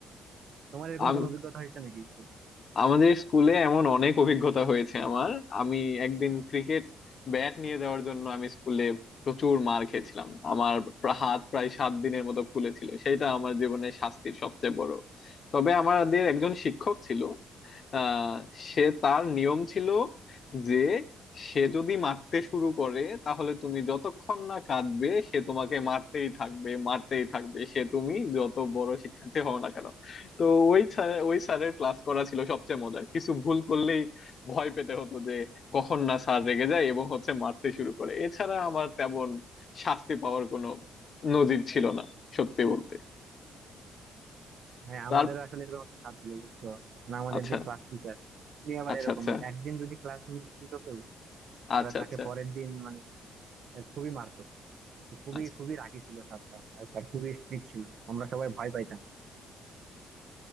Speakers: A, on the right; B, on the left.
A: তোমার এরকম
B: আম-
A: কোনো অভিজ্ঞতা হয়েছে নাকি স্কুল
B: আমাদের স্কুলে এমন অনেক অভিজ্ঞতা হয়েছে আমার আমি একদিন ক্রিকেট ব্যাট নিয়ে যাওয়ার জন্য আমি স্কুলে প্রচুর মার খেয়েছিলাম আমার প্রা- হাত প্রায় সাত দিনের মতো ফুলেছিল সেটা আমার জীবনের শাস্তির সবচেয়ে বড় তবে আমাদের একজন শিক্ষক ছিল আহ সে তার নিয়ম ছিল যে সে যদি মারতে শুরু করে তাহলে তুমি যতক্ষণ না কাঁদবে সে তোমাকে মারতেই থাকবে মারতেই থাকবে সে তুমি যত বড় শিক্ষার্থী হও না কেন তো ওই স্যার- ওই স্যারের ক্লাস করা ছিল সবচেয়ে মজার কিছু ভুল করলেই ভয় পেতে হতো যে কখন না স্যার রেগে যায় এবং হচ্ছে মারতে শুরু করে এছাড়া আমার তেমন শাস্তি পাওয়ার কোনো নজির ছিল না সত্যি বলতে
A: হ্যাঁ
B: তার
A: আমাদের আসলে এরকম একটা স্যার ছিল বুঝছো মানে আমাদের
B: আচ্ছা
A: যে ক্লাস টিচার উনি আবার
B: আচ্ছা
A: এরকম
B: আচ্ছা
A: মানে একদিন যদি ক্লাস মিস দিত কেউ তাহলে
B: আচ্ছা
A: তাকে
B: আচ্ছা
A: পরের দিন মানে আহ, খুবই মারতো খু- খুবই
B: আচ্ছা
A: খুবই রাগী ছিল স্যারটা আর আর খুবই স্ট্রিক্ট ছিল আমরা সবাই ভয় পাইতাম